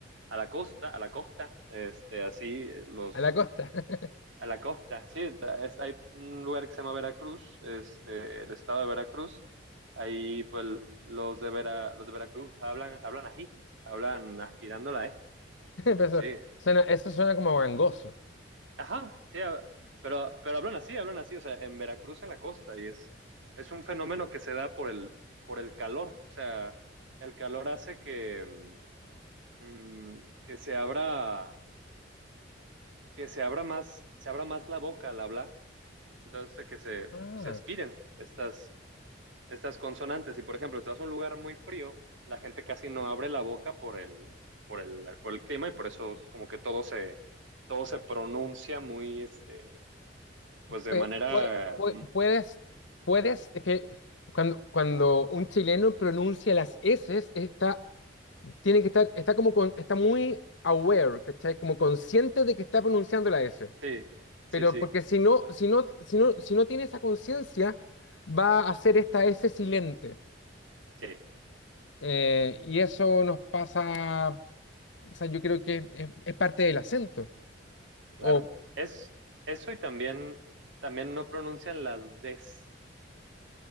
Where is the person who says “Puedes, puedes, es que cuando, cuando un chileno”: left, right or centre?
Left